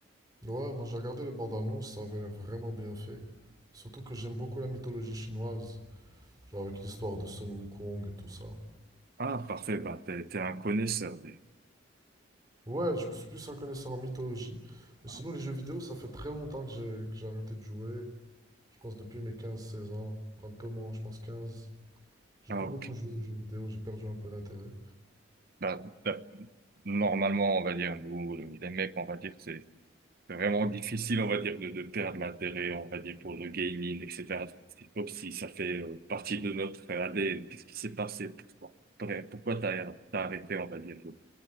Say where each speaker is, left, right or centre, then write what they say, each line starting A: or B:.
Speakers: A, on the right (about 20°); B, on the right (about 45°).
A: Ouais, moi j'ai regardé les bandes annonces, ça avait l'air vraiment bien fait. Surtout que j'aime beaucoup la mythologie chinoise, genre avec l'histoire de Sun Wukong et tout ça.
B: Ah, parfait. Bah, t'es, t'es un connaisseur. des-
A: Ouais, je me suis plus un connaisseur en mythologie. Mais
B: Ah,
A: sinon, les jeux vidéo, ça fait très longtemps que j'ai que j'ai arrêté de jouer. Je pense depuis mes quinze seize ans. Un peu moins, je pense 15. J'ai
B: ah,
A: plus
B: ok.
A: beaucoup joué aux jeux vidéo, j'ai perdu un peu l'intérêt.
B: Bah, bah, normalement, on va dire, nous, les mecs, on va dire, c'est vraiment difficile, on va dire, de, de perdre l'intérêt, on va dire, pour le gaming, etc. C'est comme si ça fait euh, partie de notre ADN. Qu'est-ce qui s'est passé pour toi? Après, Pourquoi t'as, t'as arrêté, on va dire, le,